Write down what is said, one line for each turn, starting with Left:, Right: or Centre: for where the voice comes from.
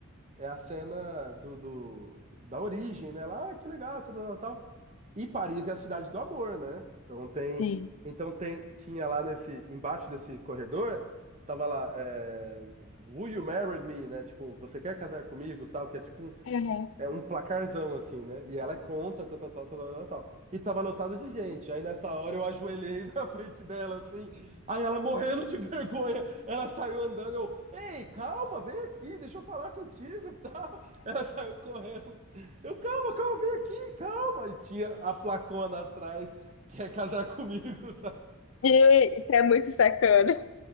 Right: É a cena do, do- da origem, né? Lá, ah, que legal, tal, tal, tal. tal. E Paris é a cidade do amor, né? Então tem,
Left: Sim.
Right: então tem, tinha lá nesse, embaixo desse corredor, tava lá, é, Will you marry me, né? Tipo, você quer casar comigo, tal, que é tipo um,
Left: Uhum.
Right: é um placarzão, assim, né? E ela é contra, tal, tal, tal, tal, tal, tal. E tava lotado de gente. Aí nessa hora eu ajoelhei <laughs> na frente dela, assim. Aí ela morrendo de <laughs> vergonha. Ela saiu andando. Eu, ei, calma, vem aqui, deixa eu falar contigo e tal. Ela saiu correndo. Eu, calma, calma, vem aqui, calma. E tinha a placona atrás, quer casar comigo, <laughs> sabe?
Left: E isso é muito sacana.